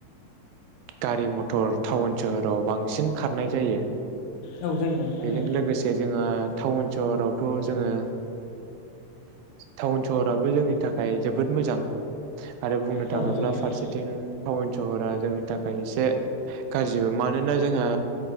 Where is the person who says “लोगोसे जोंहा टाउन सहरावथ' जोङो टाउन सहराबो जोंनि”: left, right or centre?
Right